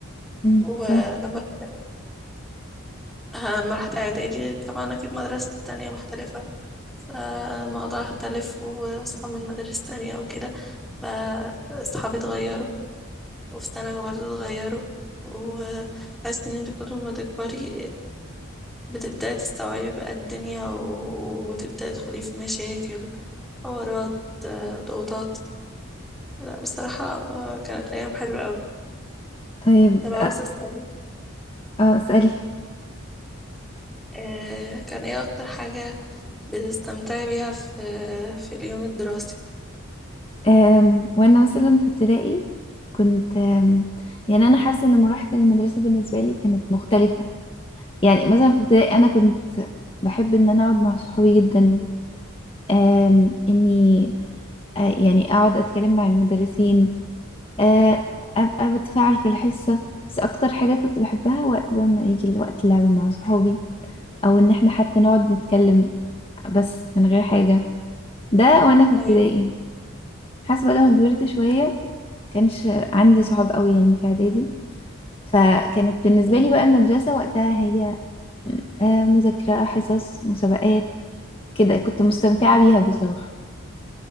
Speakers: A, on the left (about 25°); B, in the centre.
A: امم
B: ولما
A: صح
B: أما رحت إعدادي طبعا أكيد مدرسة تانية مختلفة فالموضوع اختلف و- وأصحاب من مدارس تانية وكده فأصحابي اتغيروا وفي ثانوي برضه اتغيروا وحاسة إن انت كل ما تكبري بتبدأي تستوعبي بقى الدنيا و- وتبدأي تدخلي في مشاكل حوارات آه، ضغوطات لا بصراحة آه، كانت أيام حلوة أوي
A: طيب
B: طب عاوزة
A: أ-
B: أسألك
A: اه اسألي
B: آه، كان إيه أكتر حاجة بتستمتعي بيها في في اليوم الدراسي
A: أم، وانا مثلا في ابتدائي كنت أم، يعني انا حاسه ان مراحل المدرسه بالنسبه لي كانت مختلفه يعني مثلا في ابتدائي انا كنت بحب ان انا اقعد مع صحابي جدا أم، اني آه، يعني اقعد اتكلم مع المدرسين آه،
B: مم.
A: ابقى بتفاعل في الحصه بس اكتر حاجه كنت بحبها وقت بقى ما يجي وقت اللعب مع صحابي او ان احنا حتى نقعد نتكلم بس من غير حاجه ده وانا في
B: ايوه
A: ابتدائي حاسه بقى لما كبرت شويه كانش عندي صحاب قوي يعني في اعدادي فكانت بالنسبة
B: مم.
A: لي بقى المدرسة وقتها هي آه، مذاكرة حصص مسابقات كده كنت مستمتعة بيها بصراحة